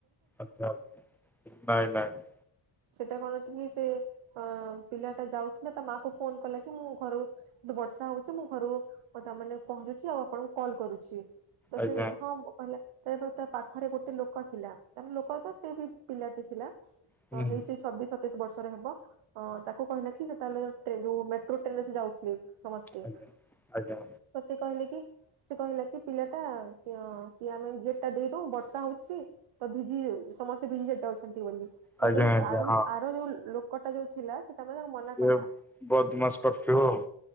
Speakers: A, in the centre; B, on the right.
A: ଆଚ୍ଛା ନାଇଁ ନାଇଁ।
B: ସେଟା କଣ ଥିଲି ସେ ଅ ପିଲାଟା ଯାଉଥିଲା ତା ମା କୁ ଫୋନ୍‌ କଲା କି ମୁଁ ଘରୁ ବର୍ଷା ହଉଛି ମୁ ଘରୁ ତା ମାନେ ପହଞ୍ଚୁଛି ଆଉ ଆପଣଙ୍କୁ କଲ୍ କରୁଛି। ତ
A: ଆଜ୍ଞା
B: ସେ ଯେ ହଁ। କହିଲା ତା ତା ପାଖରେ ଗୋଟେ ଲୋକ ଥିଲା ତା ଲୋକ ତ ସେ ବି ପିଲାଟି ଥିଲା।
A: ହୁଁ
B: ହଁ ହେଇ ସେଇ ଛବିଶ ସତ୍ ସତେଇଶ ବର୍ଷର ହେବ ଅ ତାକୁ କହିଲା କି ସେ ତାହେଲେ ଟ୍ରେ ଯୋଉ ମେଟ୍ରୋ ଟ୍ରେନ ରେ ସେ ଯାଉଥିଲେ। ସମସ୍ତେ
A: ଆଜ୍ଞା ଆଜ୍ଞା
B: ତ ସେ କହିଲେ କି? ସେ କହିଲା କି ପିଲାଟା କି କି ଆମେ ଗେଟ ଟା ଦେଇଦଉ ବର୍ଷା ହଉଛି ତ ଭିଜି ସମସ୍ତେ ଭିଜି ଯାଉଛନ୍ତି ବୋଲି। ତ
A: ଆଜ୍ଞା
B: ଯୋଉ
A: ଆଜ୍ଞା
B: ସେ ଆର
A: ହଁ।
B: ଆର ଯୋଉ ଲୋକଟା ଯୋଉ ଥିଲା ସେ ତାମାନେ ତାକୁ ମନା
A: ସେ
B: କଲା
A: ବଦମାସ କରୁଥିବ ଆଉ।